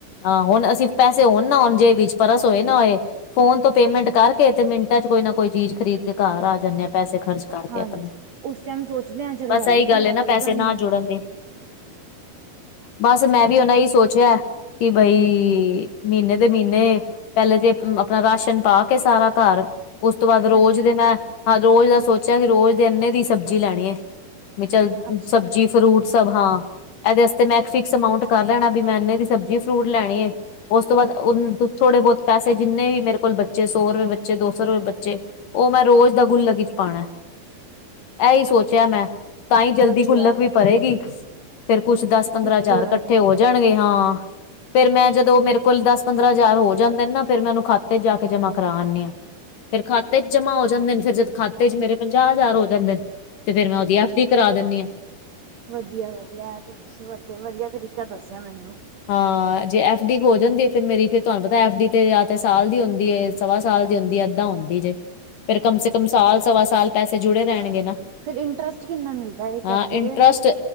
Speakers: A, on the left; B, on the right.
A: ਹਾਂ ਹੁਣ ਅਸੀਂ ਪੈਸੇ ਹੋਣ ਨਾ ਹੁਣ ਜੇ ਵਿੱਚ ਪਰਸ ਹੋਏ ਨਾ ਹੋਏ ਫੋਨ ਤੋਂ ਪੇਮੈਂਟ ਕਰਕੇ ਤੇ ਮਿੰਟਾਂ ਚ ਕੋਈ ਨਾ ਕੋਈ ਚੀਜ਼ ਖਰੀਦ ਕੇ ਘਰ ਆ ਜਾਂਦੇ ਆ ਪੈਸੇ ਖਰਚ ਕਰਕੇ
B: ਹਾਂਜੀ
A: ਆਪਣੇ
B: ਉਸ ਟਾਈਮ ਸੋਚਦੇ ਹਾਂ ਚਲੋ
A: ਬਸ
B: ਲੈ ਲੈਂਦੇ
A: ਇਹੀ ਗੱਲ
B: ਹਾਂ
A: ਨਾ
B: ਕੋਈ
A: ਪੈਸੇ
B: ਗੱਲ
A: ਨਾ
B: ਨੀ
A: ਜੁੜਨ ਬਸ ਮੈਂ ਵੀ ਉਹਨਾ ਹੀ ਸੋਚਿਆ ਕਿ ਬਈ ਮਹੀਨੇ ਦੇ ਮਹੀਨੇ ਪਹਿਲੇ ਤੇ ਆਪਣਾ ਰਾਸ਼ਨ ਪਾ ਕੇ ਸਾਰਾ ਘਰ ਉਸ ਤੋਂ ਬਾਅਦ
B: ਹਾਂਜੀ
A: ਰੋਜ਼ ਦੇ ਮੈਂ ਹਾਂ ਰੋਜ਼ ਦਾ ਸੋਚਿਆ ਕਿ ਰੋਜ਼ ਦੇ ਅੰਨੇ ਦੀ ਸਬਜ਼ੀ ਲੈਣੀ ਹੈ। ਵੀ ਚੱਲ
B: ਅੱਛਾ
A: ਸਬਜ਼ੀ ਫਰੂਟ ਸਭ ਹਾਂ ਇਹਦੇ ਵਸਤੇ ਮੈਂ ਇੱਕ ਫਿਕਸ ਅਮਊਂਟ ਕਰ ਲੈਣਾ ਵੀ ਮੈਂ ਇਹਨੇ ਦੀ ਸਬਜ਼ੀ ਫਰੂਟ ਲੈਣੀ ਏ ਉਸ ਤੋਂ ਬਾਅਦ ਉਹ ਥੋੜੇ ਬਹੁਤ ਪੈਸੇ ਜਿੰਨੇ ਵੀ ਮੇਰੇ ਕੋਲ ਬੱਚੇ ਸੌ ਰੁਪਏ ਬੱਚੇ ਦੋ ਸੌ ਰੁਪਏ ਬੱਚੇ ਉਹ ਮੈਂ ਰੋਜ਼ ਦਾ ਗੁਲਕ ਚ ਪਾਉਣਾ ਇਹੀ ਸੋਚਿਆ ਮੈਂ ਤਾਂ ਹੀ ਜਲਦੀ
B: ਵਧੀਆ
A: ਗੁਲਕ ਵੀ ਭਰੇਗੀ ਫਿਰ ਕੁਛ ਦਸ ਪੰਦਰਾਂ
B: ਕੁਛ
A: ਹਜ਼ਾਰ
B: ਜੋੜਨਗੇ
A: ਇਕੱਠੇ ਹੋ ਜਾਣਗੇ ਹਾਂ ਫਿਰ ਮੈਂ ਜਦੋਂ ਮੇਰੇ ਕੁਲ ਦਸ ਪੰਦਰਾਂ ਹਜ਼ਾਰ ਹੋ ਜਾਂਦੇ ਨੇ ਨਾ ਫਿਰ ਮੈਂ ਉਹਨੂੰ ਖਾਤੇ ਚ ਜਾ ਕੇ ਜਮਾ ਕਰਾ ਆਦੀ ਹਾਂ ਫੇਿਰ ਖਾਤੇ ਚ ਜਮਾਂ ਹੋ ਜਾਂਦੇ ਨੇ ਫਿਰ ਜਦ ਖਾਤੇ ਚ ਮੇਰੇ ਪੰਜਾਹ ਹਜ਼ਾਰ ਹੋ ਜਾਂਦੇ ਨੇ ਤੇ ਫੇਿਰ ਮੈਂ ਉਹਦੀ ਐਫ ਡੀ ਕਰਾ ਦਿੰਦੀ ਹਾਂ
B: ਵਧੀਆ-ਵਧੀਆ ਏ ਤੇ ਤੁਸੀਂ ਵਧ ਵਧੀਆ ਤਰੀਕਾ ਦੱਸਿਆ ਮੈਨੂੰ
A: ਹਾਂ ਜੇ ਐਫ ਡੀ ਹੋ ਜਾਂਦੀ ਹੈ ਫੇਿਰ ਮੇਰੀ ਫੇਰ ਤੁਹਾਨੂੰ ਪਤਾ ਐਫ ਡੀ ਤੇ ਜਾਂ ਤੇ ਸਾਲ ਦੀ ਹੁੰਦੀ ਹੈ ਸਵਾ ਸਾਲ ਦੀ ਹੁੰਦੀ ਅੱਦਾਂ ਹੁੰਦੀ ਜੇ ਫੇਰ ਕਮ ਸੇ ਕਮ ਸਾਲ ਸਵਾ ਸਾਲ ਪੈਸੇ ਜੁੜੇ ਰਹਿਣਗੇ ਨਾ
B: ਫੇਿਰ ਇੰਟਰਸਟ ਕਿੰਨਾ ਮਿਲਦਾ ਇਕ
A: ਹਾਂ
B: ਏਫਟੀ
A: ਇੰਟਰਸਟ
B: ਦੇ